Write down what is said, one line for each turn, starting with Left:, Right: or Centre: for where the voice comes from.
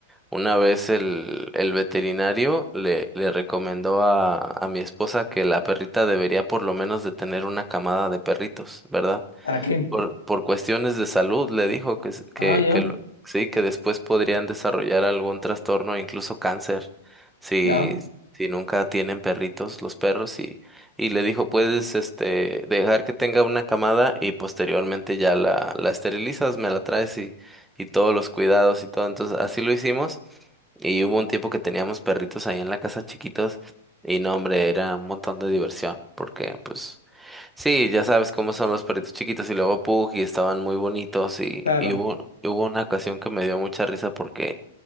Centre: una vez el, el veterinario le, le recomendó a, a mi esposa que la perrita debería por lo menos de tener una camada de perritos, ¿verdad?
Left: ¿Para qué?
Centre: por, por cuestiones de salud, le dijo que, s- que,
Left: Ah, ya.
Centre: que lo- sí, que después podrían desarrollar algún trastorno, incluso cáncer, si,
Left: Ya.
Centre: si nunca tienen perritos, los perros, y, y le dijo, puedes, este, dejar que tenga una camada y posteriormente ya la, la esterilizas, me la traes y, y todos los cuidados y todo. Entonces, así lo hicimos. Y hubo un tiempo que teníamos perritos ahí en la casa chiquitos y no, hombre, era un montón de diversión porque pues Sí, ya sabes cómo son los perritos chiquitos y luego Pug y estaban muy bonitos y,
Left: Claro.
Centre: y hubo, hubo una ocasión que me dio mucha risa porque